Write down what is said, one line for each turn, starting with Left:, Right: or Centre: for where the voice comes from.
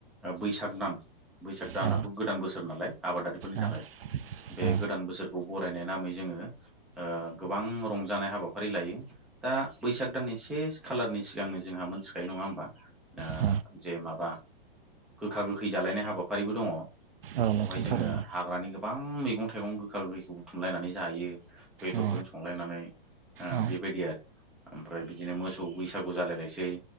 Centre: बैसाग दान बैसाग दानाथ'
Right: औ
Centre: गोदान बोसोर नालाय आबादारिफोरनि
Right: औ
Centre: थाखाय बे
Right: औ
Centre: गोदान बोसोरखौ बरायनाय नामै जोङो ओ गोबां रंजानाय हाबाफारि लायो। दा बैसाग दाननि से खालारनि सिगांनो जोंहा मोनथिखायो नङा होमबा ओ
Right: औ
Centre: जे माबा गोखा गोखै जालायनाय हाबाफारिबो दङ बावहाय
Right: औ नोंथां
Centre: जोङो
Right: थारैनो
Centre: हाग्रानि गो गोबां मैगं थाइगं गोखा गोखैखौ बुथुमलायनानै जायो बेदरफोरजों
Right: औ
Centre: संलायनानै ओ
Right: औ
Centre: बेबायदि आरो ओमफ्राय बिदिनो मोसौ बैसागु जालायलायसै